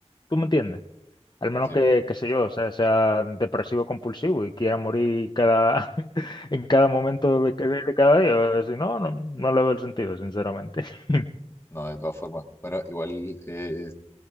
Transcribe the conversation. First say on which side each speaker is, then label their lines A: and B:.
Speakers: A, on the left (about 40°); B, on the left (about 20°).
A: ¿Tú me entiendes? Al menos
B: Sí,
A: que, qué sé yo, o sea, sea depresivo compulsivo y quiera morir cada, <laughs> en cada momento de, ca- de cada día. Si no, no, no le veo el sentido, sinceramente. <laughs>
B: no, de todas formas. Bueno, igual eh,